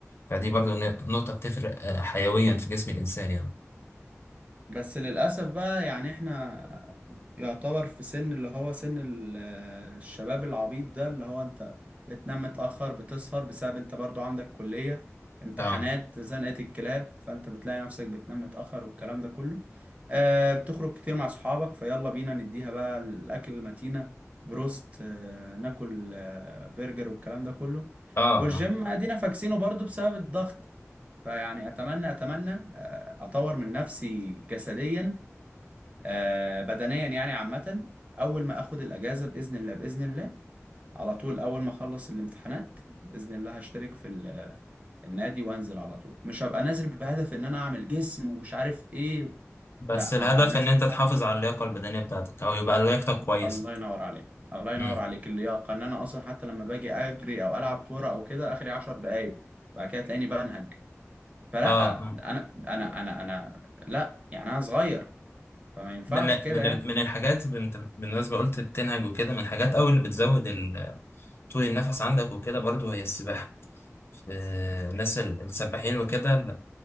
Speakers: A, on the left (about 55°); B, on the right (about 30°).
A: فدي برضو ن- نقطة بتفرق آه، حيويا في جسم الإنسان يعني
B: بس للأسف بقى يعني احنا يعتبر في سن اللي هو سن ال- آه، الشباب العبيط ده اللي هو انت بتنام متأخر بتسهر بسبب انت برضو عندك كلية امتحانات
A: اه
B: زنقة الكلاب فانت بتلاقي نفسك بتنام متأخر والكلام ده كله آه بتخرج كتير مع صحابك فيلا بينا نديها بقى الأكل المتينة بروست آه ناكل آه برجر والكلام ده كله
A: اه
B: والجيم
A: اه
B: ادينا فاكسينه برضو بسبب الضغط فيعني اتمنى اتمنى آه، اطور من نفسي جسديا آه بدنيا يعني عامة أول ما أخد الأجازة بإذن الله بإذن الله على طول أول ما أخلص الامتحانات بإذن الله هشترك في ال- النادي وأنزل على طول مش هبقى نازل بهدف إن أنا أعمل جسم ومش عارف إيه
A: بس
B: لا
A: الهدف
B: هبقى نازل
A: إن أنت تحافظ
B: إن أنا
A: على اللياقة البدنية بتاعتك أو يبقى لياقتك كويسة
B: الله ينور عليك الله ينور
A: امم
B: عليك اللياقة إن أنا أصلا حتى لما باجي أجري أو ألعب كورة أو كده آخري 10 دقايق بعد كده تلاقيني بنهج فلا
A: اه اه
B: أنا أنا أنا أنا لا يعني أنا صغير فما ينفعش
A: من
B: كده
A: من
B: يعني
A: ال- من الحاجات ب- انت بالنسبة قلت بتنهج وكده من الحاجات أو اللي بتزود ال- طول النفس عندك وكده برضو هي السباحة آه، الناس ال- السباحين وكده